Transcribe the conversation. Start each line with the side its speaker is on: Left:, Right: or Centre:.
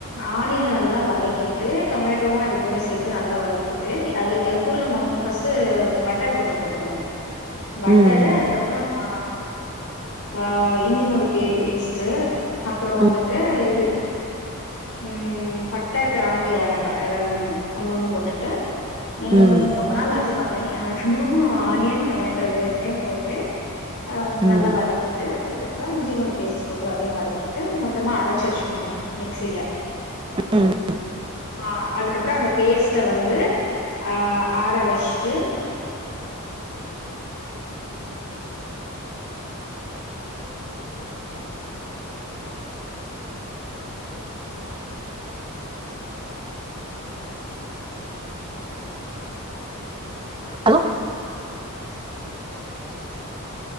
Left: ஆனியன நல்லா வதக்கிட்டு டொமேட்டோவு அது கூட சேத்து நல்லா வதக்கிட்டு அது அது கூட நம்ம வந்து ஃபஸ்ட்டு பட்டர் கொஞ்சோ போட்டுக்கணு பட்டரு
Right: ம்
Left: அதுக்கப்பறோ நம்ம ஆஹ் இஞ்சி பூண்டு பே பேஸ்ட்டு அப்பறோ
Right: ம்
Left: வந்துட்டு இது உம் பட்ட, கிராம்பு, ஏலக்கா எதாது ஒன்னு ஒன்னு ஒன்னு போட்டுட்டு உம்
Right: ம்
Left: ரொம்ப நாள் ஆச்சு பண்ணி <inaudible> ஆனியன் டொமேட் இது ரெண்டயு போட்டு ஆஹ்ம்
Right: ம்
Left: நல்லா வதக்கிட்டு அதுக்கப்பறோ இஞ்சிபூண்டு பேஸ்ட் போட்டு அதையு வதக்கிட்டு மொத்தமா அரச் வெச்சுக்கணு மிக்ஸில
Right: ம்
Left: ஆஹ் அதுக்கப்றோ அந்த பேஸ்ட்ட வந்து ஆஹ் ஆற வெச்ட்டு
Right: ஹலோ